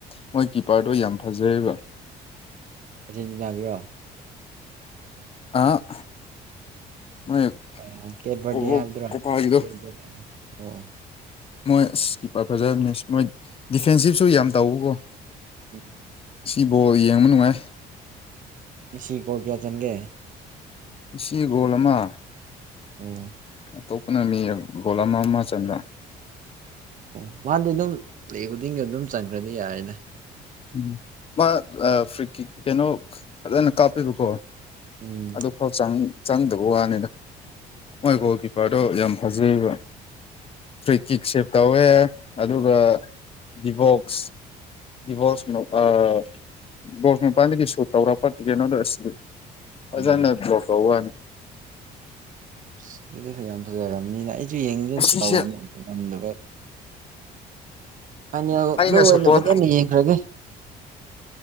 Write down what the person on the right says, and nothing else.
ꯑꯔꯖꯦꯟꯇꯤꯅꯥꯒꯤ ꯂꫭ?
ꯑꯥ ꯀꯦꯕꯔꯗꯦ
ꯍꯥꯏꯕꯔꯥ
ꯀꯦꯔ ꯕꯥꯔꯠ ꯑꫭ
ꯎꯝꯝ
ꯃꯤꯁꯤ ꯒꫭꯟ ꯀꯌꯥ ꯆꯟꯒꯦ?
ꯑꯣꯑꫭ
ꯑꯣꯑ ꯃꯥꯗꯤ ꯑꯗꯨꯝ ꯄꯔ° ꯈꯨꯗꯤꯡꯒꯤ ꯑꯗꯨꯝ ꯆꯪꯈ꯭ꯔꯗꯤ ꯌꯥꯔꯦꯗꯥ꯫
ꯎꯝꯝ
ꯎꯝ
ꯑꯁ ꯑꯗꯨꯗꯤ ꯐꯥꯅꯤꯌꯥꯝ ꯐꯖꯔꯕꯅꯤꯅ ꯑꯩꯁꯨ ꯌꯦꯡꯒꯦ
ꯇꯧꯅꯤ ꯑꯗꯨꯗꯥ ꯉꯝꯗꯕ ꯐꯥꯏꯅ°ꯜꯗꯥ
ꯑꯣꯏꯅ
ꯐꯖꯅ ꯌꯦꯡꯈ꯭ꯔꯒꯦ